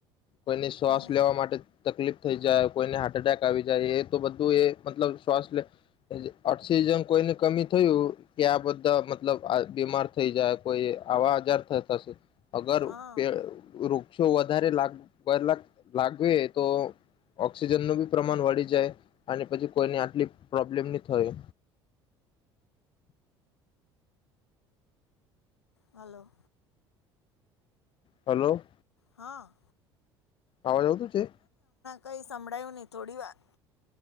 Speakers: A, on the left; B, on the left.
A: કોઈની શ્વાસ
B: હમ
A: લેવા માટે તકલીફ થ જાય કોઈને હાર્ટ એટેક આવી જાય એ તો બધું એ મતલબ શ્વા લ ઓક્સિજન કોઈને કમી થયું કે આ બધ બધ મતલબ બીમાર થઈ જાય કોઈ આવા આજાર થતાશે, અગર
B: હા
A: પૈઐર તો વધારે લાગ મતલબ લાગીયે તો ઓક્સિજનનું બી પ્રમાણ વળી જાય અને પછી કોઈને આટલી પ્રોબ્લેમ ની થયો
B: હલો
A: હલો
B: હા
A: આવડતું નથી
B: કઈ સંભળાયું નહી, થોડી વાર